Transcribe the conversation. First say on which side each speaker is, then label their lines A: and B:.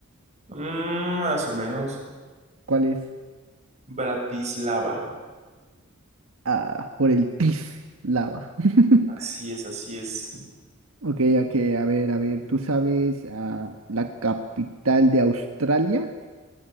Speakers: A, on the right; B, on the right.
A: Mm, más o menos.
B: ¿Cuál es?
A: Bratislava.
B: Ah, por el pis lava. <laughs>
A: Así es, así es.
B: Ok, ok, a ver, a ver, ¿tú sabes ah, la capital de Australia?